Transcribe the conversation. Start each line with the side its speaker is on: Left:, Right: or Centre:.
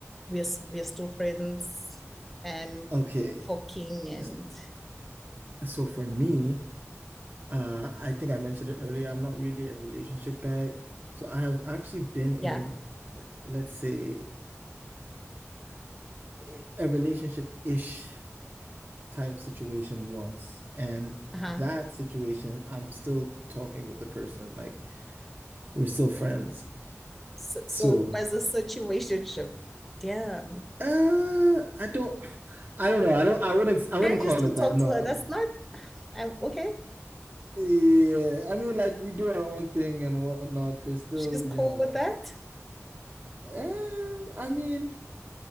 Centre: we're s- we're still friends and
Right: Okay.
Centre: talking and
Right: s- So for me, uh, I think I mentioned it earlier. I'm not really a relationship guy. So I have actually been in,
Centre: yeah,
Right: let's say, a a relationship-ish type situation once. And
Centre: uh-huh.
Right: that situation, I'm still talking with the person. Like we're still friends.
Centre: So,
Right: So,
Centre: so it was a situationship. Damn.
Right: uh, I don't, I don't know. I don't. I wouldn't. I wouldn't
Centre: And
Right: call
Centre: you still
Right: it
Centre: talk
Right: that. No.
Centre: to her. That's not I'm okay.
Right: Yeah. I mean, like we do our own thing and whatnot. There's still,
Centre: She's
Right: you
Centre: cool
Right: know.
Centre: with that.
Right: Uh, I mean,